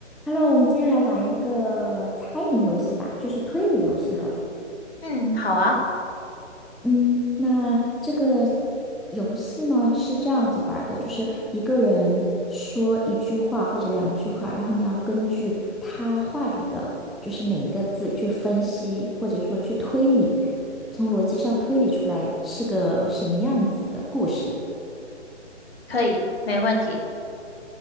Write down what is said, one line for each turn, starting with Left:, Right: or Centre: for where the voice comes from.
Centre: Hello，我们今天来玩一个猜谜游戏吧，就是推理游戏好了。
Left: 嗯，好啊，
Centre: 嗯，那这个游戏呢是这样子玩儿的，就是一个人说一句话或者两句话，然后你要根据他话里的就是每一个字去分析，或者说去推理，从逻辑上推理出来是个什么样子的故事。
Left: 可以，没问题。